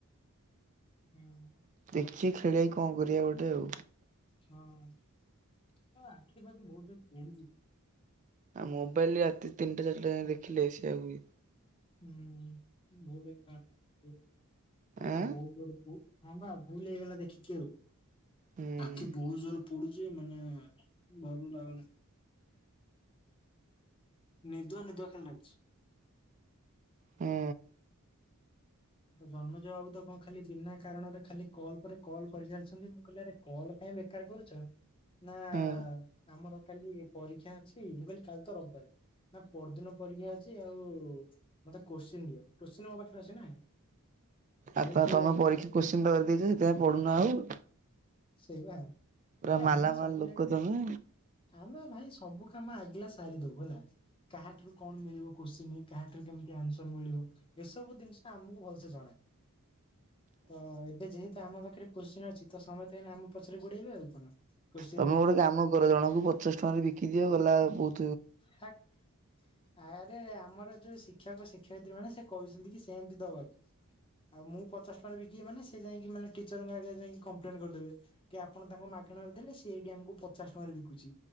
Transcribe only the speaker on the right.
ଦେଖିକି ଖେଳେଇକି କଣ କରିବା ଗୋଟେ ଆଉ।
ଆଉ ମୋବାଇଲ୍ ରାତି ତିନିଟା ଚାରିଟା ଯାଏଁ ଦେଖିଲେ ବି ସେଇଆ ହୁଏ।
ଆଁ
ହୁଁ
ହୁଁ
ହୁଁ
ଆଉ ତ ତମେ ପରୀକ୍ଷା କୋଶ୍ଚିନି ପେପର ଦେଇଛ ସେଥିପାଇଁ ପଢୁନ ଆଉ।
ପୁରା
ମାଲା
ମାଲ୍
ଲୋକ
ତମେ।
ତମେ
ଗୋଟେ କାମ କର ଜଣଙ୍କୁ ପଚାଶ ଟଙ୍କାରେ ବିକି ଦିଅ ଗଲାବେଳକୁ